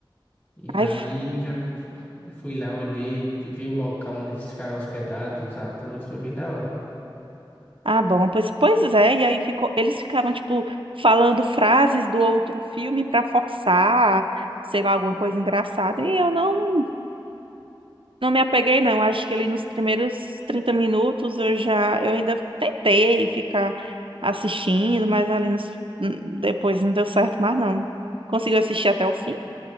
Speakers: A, on the left; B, on the right.
A: E
B: Aí,
A: aí
B: f-
A: eu já fui lá, olhei, vi o local onde eles ficaram hospedados, os atores, foi bem da hora.
B: ah, bom, pois, pois é, e aí ficou, eles ficavam, tipo, falando frases do outro filme pra forçar, sei lá, alguma coisa engraçada, e eu não Não me apeguei, não. Acho que ali nos primeiros 30 minutos eu já, eu ainda tentei ficar assistindo, mas ali nos- n- depois não deu certo mais não. Conseguiu assistir até o fim?